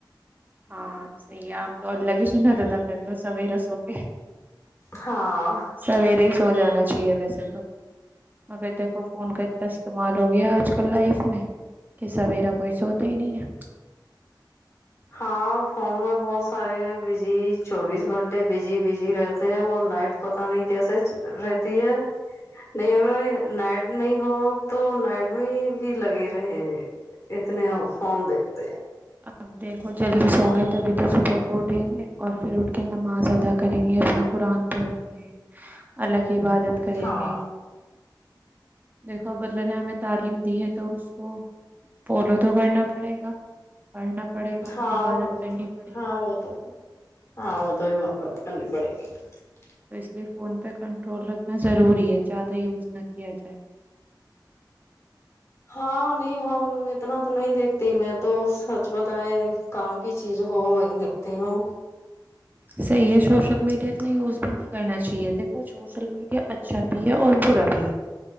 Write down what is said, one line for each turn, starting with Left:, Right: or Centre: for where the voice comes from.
Right: ہاں صحیح ہے آپ تو اللہ کی ج ندا ادا کر رہے ہو سویرے سو کے
Left: ہاں
Right: سویرے ہی سو جانا چاہیے ویسے تو مگر دیکھو فون کا اتنا استعمال ہو گیا آج کل لائف میں کہ سویرا کوئی سوتا ہی نہیں ہے
Left: ہاں فون میں بہت سارے بزی چوبیس گھنٹے بزی بزی رہتے ہیں وہ نائٹ پتا نہیں کیسے رہتی ہے نہیں اگر نائٹ نہیں ہو تو نائٹ میں بھی لگے رہے ہیں اتنے فون دتے ہیں
Right: اپ دیکھو جلدی سو گے تبھی تو صبح اٹھیں گے اور پھر اٹھ کے نماز ادا کریں گے۔ اپنا قرآن پڑھیں گے الگ۔۔۔۔ عبادت کریں
Left: ہاں
Right: گے۔ دیکھو اب اللہ نے ہمیں تعلیم دی ہے۔ تو اس کو فالو تو کرنا پڑے گا۔ پڑھنا پڑے گا
Left: ہاں
Right: عبادت کرنی پڑے
Left: ہاں
Right: گی
Left: تو ہاں تو یہ۔۔۔۔ <unintelligible>
Right: تو اس لیے فون پہ کنٹرول رکھنا ضروری ہے۔ زیادہ یوز نہ کیا جائے۔
Left: ہاں نہیں ہم اتنا تو نہیں دیکھتی میں تو سچ بتائے کام کی چیز ہو وہی دیکھتی ہوں۔
Right: صحی ہے شو۔۔۔۔ سوشل میڈیا اتنا یوز بھی نہیں کرنا چاہیے۔ دیکھو سوشل میڈیا اچھا بھی ہے اور برا بھی ہے۔